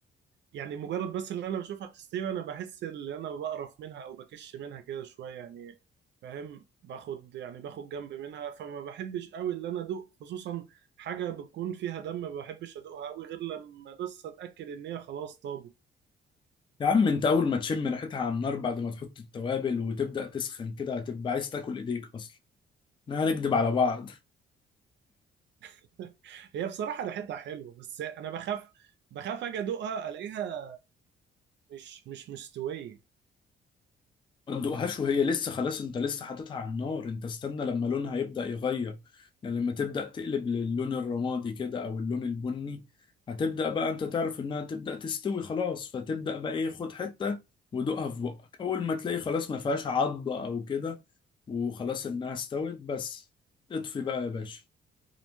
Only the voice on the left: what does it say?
يا عم انت اول ما تشم ريحتها على النار بعد ما تحط التوابل وتبدا تسخن كده هتبقى عايز تاكل ايديك اصلا احنا هنكدب على بعض
ما تدوقهاش وهي لسه خلاص انت لسه حاططها على النار انت استنى لما لونها يبدأ يغير يعني لما تبدأ تقلب للون الرمادي كده او اللون البني هتبدأ بقى انت تعرف انها تبدأ تستوي خلاص فتبدأ بقى ايه خد حتة ودوقها في بقك اول ما تلاقي خلاص ما فيهاش عضة او كده وخلاص انها استوت بس اطفي بقى يا باشا